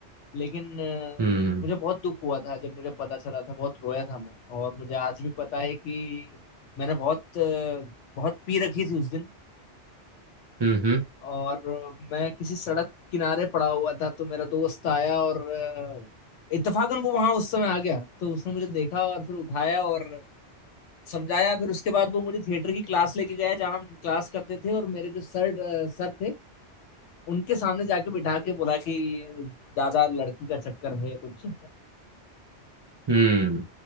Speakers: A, on the left; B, on the right.
A: लेकिन अ,
B: हम्म
A: मुझे बहुत दुख हुआ था जब मुझे पता चला था बहुत रोया था मैं और मुझे आज भी पता है कि मैंने बहुत अ, बहुत पी रखी थी उस दिन
B: हम्म हम्म
A: और मैं किसी सड़क किनारे पड़ा हुआ था तो मेरा दोस्त आया और अ, इत्तेफाकन वो वहां उस समय आ गया तो उसने मुझे देखा और फिर उठाया और समझाया फिर उसके बाद वो मुझे थिएटर की क्लास लेके गया जहाँ हम क्लास करते थे और मेरे जो सर अ, सर थे उनके सामने जाके बिठा के बोला कि दादा लड़की का चक्कर है कुछ
B: हम्म